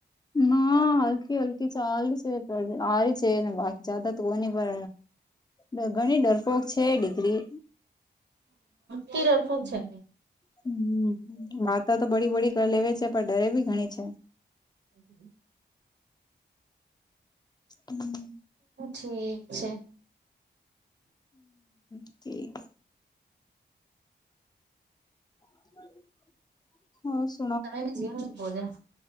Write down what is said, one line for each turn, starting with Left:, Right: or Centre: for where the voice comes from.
Left: ના <inaudible> કી ચાલુ છે ને આ રહી છે ને બાકી જ્યાદા તો હો ની પર ડ ઘણી ડરપોક છે દીકરી.
Right: તે ડરપોક છે?
Left: હમ વાર્તા તો બડી બડી કર લેવે છે. પણ ડરે ભી ઘણી છે.
Right: <inaudible>
Left: હમ
Right: ઠીક છે.
Left: ઠીક. <unintelligible>
Right: તમે જેવ બોજા.